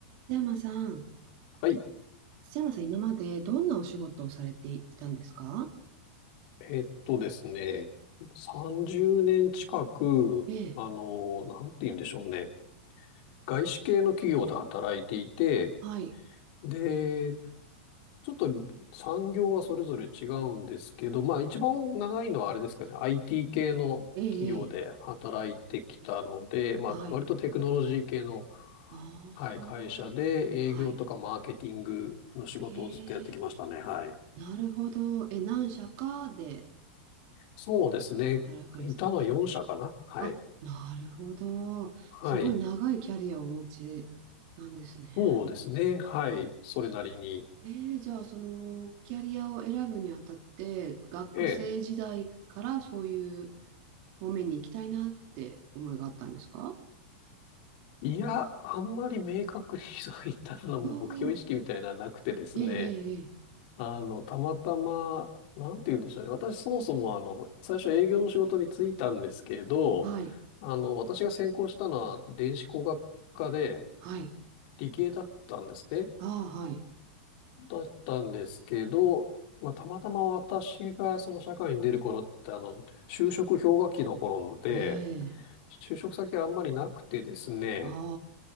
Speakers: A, on the right; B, on the left.
A: 瀬山さん、
B: はい。
A: 瀬山さん、今までどんなお仕事をされてきたんですか
B: えっとですね、30年近く、
A: ええ、
B: あの、なんて言うんでしょうね。外資系の企業で働いていて、
A: はい、
B: で、ちょっと産業はそれぞれ違うんですけど、まあ一番長いのはあれですかね、IT 系の企業で働いてきたので、
A: ええ、ええ
B: まあ割とテクノロジー系の、
A: はい、ああ、
B: はい、会社で営業とかマーケティングの仕事をずっとやってきましたね。
A: はい、ええ、
B: はい。
A: なるほど。え、何社かで
B: そうですね。
A: 働かれてたんですか
B: いたのは4社かな。はい。
A: あ、なるほど。
B: はい。
A: すごい長いキャリアをお持ちなんですね。
B: そうですね。はい。それなりに。
A: ええ、じゃあ、その、キャリアを選ぶにあたって、学生時代からそういう
B: ええ。
A: 方面に行きたいなって思いがあったんですか
B: いや、あんまり明確にそういったの目標意識みたいなのはなくてですね。
A: ああ、ええ、ええ、ええ
B: あの、たまたま、なんて言うんでしょうね。私そもそもあの、最初営業の仕事に就いたんですけど、
A: はい、
B: あの、私が専攻したのは電子工学科で
A: はい、
B: 理系だったんですね。
A: ああ、はい、
B: だったんですけど、まあ、たまたま私がその社会に出る頃ってあの、就職氷河期の頃で、
A: ええ、
B: 就職先あんまりなくてですね。
A: あ